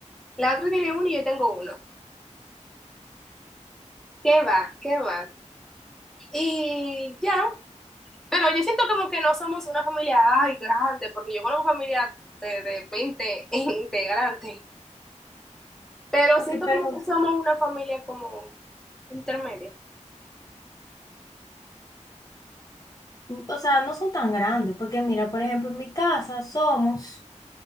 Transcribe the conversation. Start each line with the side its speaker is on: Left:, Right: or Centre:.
Centre: La otra tiene uno y yo tengo uno. ¿Qué va? ¿Qué va? Y ya, pero yo siento como que no somos una familia, ay, grande, porque yo conozco familia de, de 20 <laughs> integrantes, pero
Left: Ok,
Centre: siento
Left: pero,
Centre: como que somos una familia como intermedia.
Left: o sea, no son tan grandes porque mira, por ejemplo, en mi casa somos,